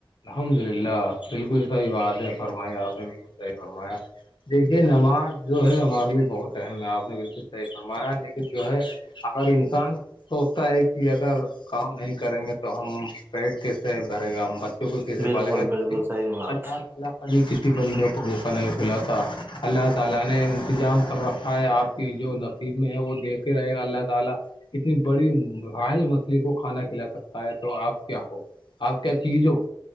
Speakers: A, on the left; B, on the right.
A: الحمد للہ بالکل صحیح بات ہے فرمایا آپ نے بالکل صحیح فرمایا دیکھیے نماز جو ہے ہمارے لیے بہت اہم ہے آپ نے بالکل صحیح فرمایا لیکن جو ہے اگر انسان سوچتا ہے کہ اگر کام نہیں کریں گے تو ہم پیٹ کیسے بھرے گا ہم بچوں کو کیسے
B: بالکل
A: پالیں گا
B: بالکل
A: بی
B: صحیح بات
A: اللہ تعالی ابھی کسی بندے کو بھوکا نہیں کھلا تھا اللہ تعالی نے انتظام کر رکھا ہے آپ کی جو ن میں ہے وہ دیکھ ہی رہے گا اللہ تعالی اتنی بڑی رائل مچھلی کو کھانا کھلا سکتا ہے تو آپ کیا ہو آپ کیا چیز ہو